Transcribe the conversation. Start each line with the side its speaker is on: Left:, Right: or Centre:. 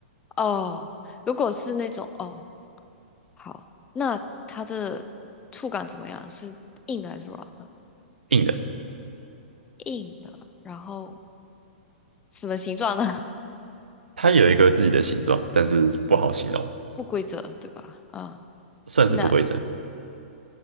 Left: 哦。如果是那种哦，好，那它的触感怎么样？是硬的还是软的？
Right: 硬的，
Left: 硬的，然后什么形状呢？<laughs>
Right: 它有一个自己的形状，但是不好形容，
Left: 不规则，对吧？啊
Right: 算是不规则，
Left: 嗯，那